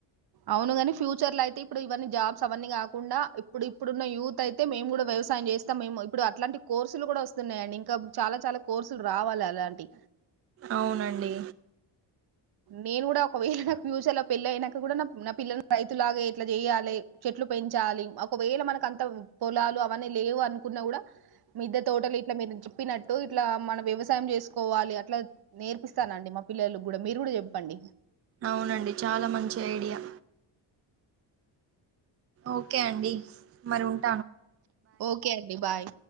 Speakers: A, on the right; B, on the right.
A: అవును ని ఫ్యూచర్ లో అయితే ఇప్పుడు ఇవన్నీ జాబ్స్ అవన్నీ కాకుండా ఇప్పుడు ఇప్పుడున్న యూత్ అయితే మేము కూడా వ్యవసాయం చేస్తాం మేము ఇప్పుడు అట్లాంటి కోర్సులు కూడా వస్తున్నాయండి ఇంకా చాలా చాలా కోర్సులు రావాలి అలాంటి
B: అవునండి
A: నేను కూడా ఒకవేళ నా ఫ్యూచర్ లో పెళ్ళ అయినాక కూడా నా పిల్లలను రైతులాగే ఇట్లా చెయాలి చెట్లు పెంచాలి ఒకవేళ మనకు అంత పొలాలు అవన్నీ లేవు అనుకున్న కూడా మద్ద తోటలు ఇట్లా మీరు చెప్పినట్టు ఇట్లా మనం వ్యవసాయం చేసుకోవాలి అట్లా నేర్పిస్తానండి మా పిల్లలు కూడా మీరు గూడ చెప్పండి
B: అవునండి చాలా మంచి ఐడియా ఓకే అండి మరి ఉ
A: ఓకే అండి బాయ్